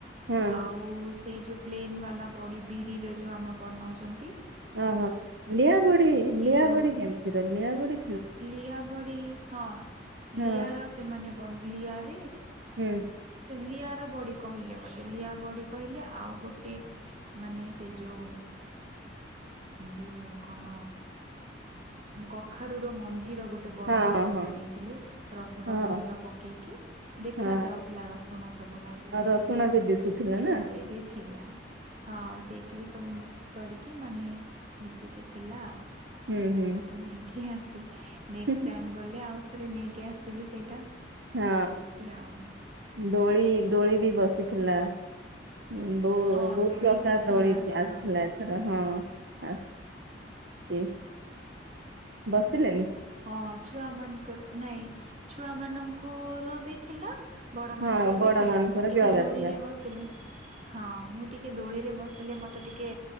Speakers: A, on the right (about 65°); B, on the right (about 40°).
A: ହଁ
B: ଆଉ ସେ ଯୋଉ ପ୍ଲେନ୍ ବା କଲା ବଡ଼ି ବିରିରେ ଯେଉଁ ଆମେ ବନାଉଛନ୍ତି ।
A: ଓହୋ ଲିଆ ବଢ଼ି ଲିଆ
B: ଯେଉଁ
A: ବୁଢ କେମିତିର ଲିଆ ବୁଡି
B: ଲିଆ ବଡି ହଁ
A: ହଁ
B: ଲିଆର ସେମାନେ ଲିଆରେ
A: ହୁଁ
B: ଲିଆର ବଡି । କହିଲେ ମତେ ଲିଆ ବଡି କହିଲେ ଆଉ ଗୋଟେ ମାନେ ସେ ଯୋଉ ଯୋଉ କଣ କଖାରୁ ମଞ୍ଚ ଜିର ଗୋଟେ ବଡ଼ି
A: ହଁ
B: ସେଇଟା
A: ହଁ ହଁ
B: ବନେଇଥିଲେ ରସୁଣ
A: ହଁ
B: ଫସୁଣ ପକେଇକି ଦେଖାଯାଉଥିଲା
A: ହଁ
B: ରସୁଣ ସବୁ ଲାଗିଛି
A: ଆଉ ରସୁଣ
B: ସେଇଥିରେ
A: ବି ଦିଶୁଥିଲା
B: ସେଇଟାରେ
A: ନା
B: ବି ଥିଲା ହଁ ସେଇଥିରେ ସବୁ ମିକ୍ସ କରିକି ମାନେ ମିଶିକି ଥିଲା ଆଉ ।
A: ହୁଁ
B: ଏଇଟା
A: ହୁଁ
B: ସବୁ ନେଇକି ଆ ନେକ୍ସଟ
A: ହୁଁ,
B: ଟାଇମ୍ ଗଲେ ଆଉ ଥରେ ନେଇକି ଆସିବି ସେଇଟା
A: ହଁ
B: ଏମିତି ଆଉ
A: ଡୋଳି ଡୋଳି ବି ବସ ଥିଲା । ହଁ ବହୁ
B: ହଁ
A: ବହୁତ
B: ଦୋଳି
A: ପ୍ରକାର
B: ବି ଥିଲା
A: ଦୋଳି ଆସିଥିଲା
B: ହଁ।
A: ଏଥର ହଁ । ସିଏ ବସିଲେନି ।
B: ହଁ ଛୁଆ ମାନଙ୍କର ନାଇଁ ଛୁଆ ମାନଙ୍କର ବି ଥିଲା ବଡ଼ମାନଙ୍କର
A: ହଁ ବଡ
B: ବି ଥିଲା
A: ମାନଙ୍କର
B: ମୁଁ ଟିକେ
A: ବି ଅଲଗା
B: ଦୋଳିରେ
A: ଥିଲା
B: ବସିଲି ହଁ ମୁଁ ଟିକିଏ ଦୋଳିରେ ବସିଲେ ମୋତେ ଟି ଟେ